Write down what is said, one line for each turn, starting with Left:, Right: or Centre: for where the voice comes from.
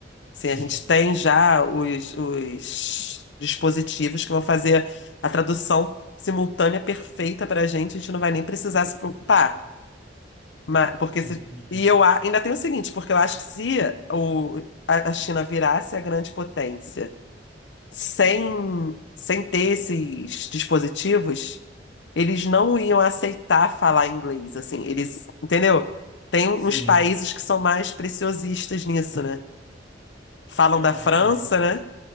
Left: Sim,
Right: Sim,
Left: a gente tem já os, os dispositivos que vão fazer a tradução simultânea perfeita pra gente, a gente não vai nem precisar se preocupar. Mas, porque
Right: sim,
Left: se,
Right: é,
Left: e eu a- ainda tem o seguinte, porque eu acho que se o, a a China virasse a grande potência sem, sem ter esses dispositivos eles não iam aceitar falar inglês, assim, eles, entendeu? Tem uns
Right: sim.
Left: países que são mais preciosistas nisso, né? Falam
Right: É, não,
Left: da França,
Right: tem. é,
Left: né?